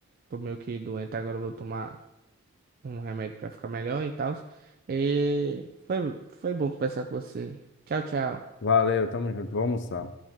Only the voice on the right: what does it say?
tô meio que doente agora, eu vou tomar um remédio pra ficar melhor e tal. E foi, foi bom conversar com você. Tchau, tchau.